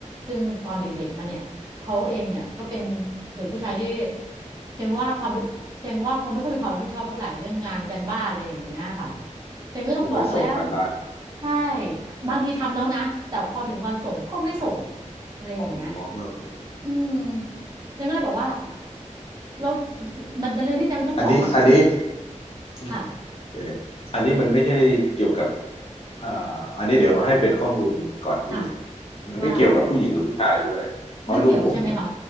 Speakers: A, on the right; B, on the left.
A: ซึ่งตอนเด็กๆมาเนี่ยเขาเองเนี่ยก็เป็น
B: อืม
A: เด็กผู้ชายที่แจงว่าความแจงว่าเขาไม่ค่อยมีความรับผิดชอบเท่าไหร่เรื่องงานการบ้านอะไรอย่างเงี้ยค่ะ อย่างนี้ก็ต้องบอกแล้ว
B: แล้วก็ส่งกันบ้าน
A: ใช่บางทีทำแล้วนะแต่พอถึงวันส่งก็ไม่ส่งอะไรอย่างเงี้ย
B: อ๋ออืมอืมอืม
A: อืมเจันก็เลยบอกว่าเรามันเป็นเรื่องที่เจันต้องบอกเขา
B: อันนี้อันนี้อืม
A: ค่ะ
B: เดี๋ยวเดี๋ยวอันนี้มันไม่ใช่เกี่ยวกับ อ่าอันนี้เดี๋ยวให้เป็นข้อมูลก่อนนิดหนึง
A: ค่ะ
B: มันไม่เกี่ยวกับผู้หญิงหรือผู้ชายด้วยเพราะลูกผม
A: ว่าไม่เกี่ยวใช่ไหมคะ